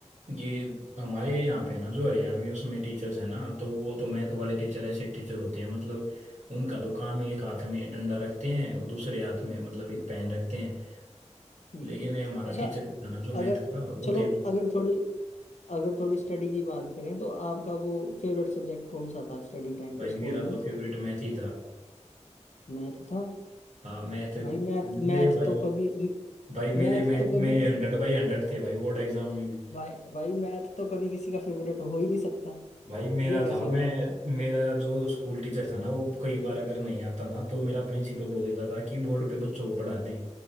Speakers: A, on the right; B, on the left.
A: ये हमारे यहाँ पे ना जो हरियाणवी उसमें टीचर्स हैं ना तो वो तो मैथ वाले टीचर ऐसे टीचर होते हैं मतलब उनका तो काम ही एक हाथ में डंडा रखते हैं और दूसरे हाथ में मतलब एक
B: हम्म,
A: पेन रखते हैं
B: हम्म।
A: लेकिन ये हमारा
B: अच्छा
A: टीचर भी था ना जो मैथ
B: अगर
A: का वो
B: चलो
A: तो
B: अगर थोड़ी अगर थोड़ी स्टडी की बात करें तो आपका वो फेवरेट सब्जेक्ट कौन सा था स्टडी टाइम
A: भाई
B: पे स्कूल
A: मेरा
B: में
A: तो फेवरेट मैथ ही था
B: मैथ था
A: हाँ मैथ
B: भाई मैथ
A: मेरे
B: मैथ
A: भाई
B: तो कभी
A: भाई मेरे
B: मैथ
A: मैथ
B: तो कभी
A: में
B: किस
A: हंड्रेड बाई हंड्रेड थे भाई बोर्ड एग्जाम में भी
B: भाई भाई मैथ तो कभी किसी का फेवरेट हो ही नहीं सकता
A: भाई मेरा
B: ये कैसे
A: था मैं
B: हो गया
A: मेरा जो स्कूल टीचर था ना वो कई बार अगर नहीं आता ना तो मेरा प्रिंसिपल बोल देता था कि बोर्ड पे बच्चों को पढ़ा दे